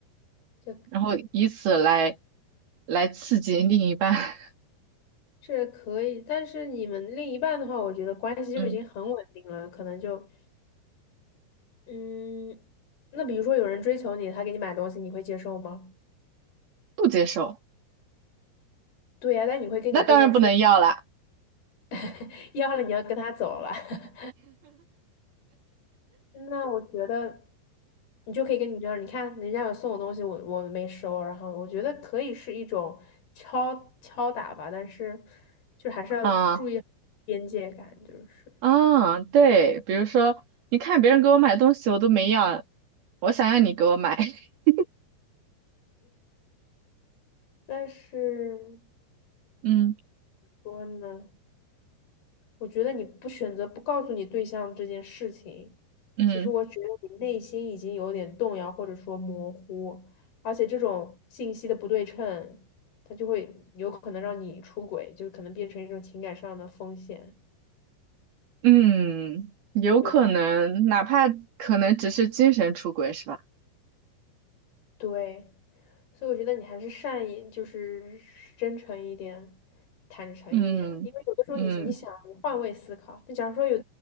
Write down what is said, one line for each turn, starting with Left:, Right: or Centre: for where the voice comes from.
Left: 这呃
Right: 然后以此来来刺激另一半，
Left: 是可以，但是你们另一半的话，我觉得关系就已经很稳定了，
Right: <laughs> 嗯，
Left: 可能就嗯，那比如说有人追求你，他给你买东西，你会接受吗？
Right: 不接受，
Left: 对呀、但你会跟你对象说，
Right: 那当然不能要了
Left: <laughs> 要了你要跟他走了。<laughs> 那我觉得你就可以跟你这样，你看人家有送我东西，我我没收，然后我觉得可以是一种敲敲打吧，但是就还是要注意边界感，
Right: 啊
Left: 就是。
Right: 啊，对，比如说，你看别人给我买东西，我都没要，我想要你给我买，<laughs>
Left: 但是怎么
Right: 嗯
Left: 说呢，我觉得你不选择不告诉你对象这件事情，
Right: 嗯
Left: 其实我觉得你内心已经有点动摇或者说模糊，而且这种信息的不对称，它就会有可能让你出轨，就可能变成一种情感上的风险。
Right: 嗯，有可能，
Left: 对吧？
Right: 哪怕可能只是精神出轨，是吧？
Left: 对，所以我觉得你还是善意，就是真诚一点，坦诚一点，
Right: 嗯嗯
Left: 因为有的时候你你想你换位思考，那假如说有